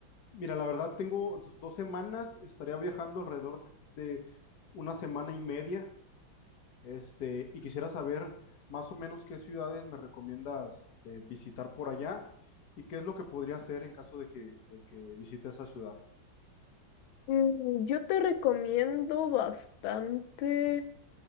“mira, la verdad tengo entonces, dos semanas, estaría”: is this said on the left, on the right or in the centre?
Left